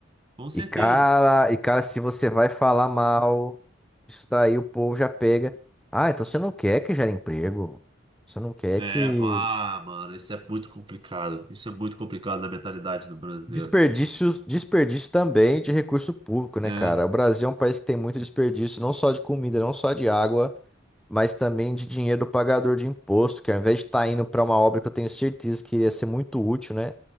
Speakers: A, on the right; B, in the centre.
A: Com certeza.
B: E cara, e cara, se você vai falar mal, isso daí o povo já pega. Ah, então você não quer que gere emprego. Você não quer
A: É,
B: que
A: ah, mano, isso é muito complicado. Isso é muito complicado na mentalidade do brasileiro.
B: Desperdício, desperdício também de recurso público, né,
A: É,
B: cara? O Brasil é um país que tem muito desperdício, não só de comida, não só de água, mas também de dinheiro do pagador de imposto, que ao invés de estar indo para uma obra que eu tenho certeza que iria ser muito útil, né?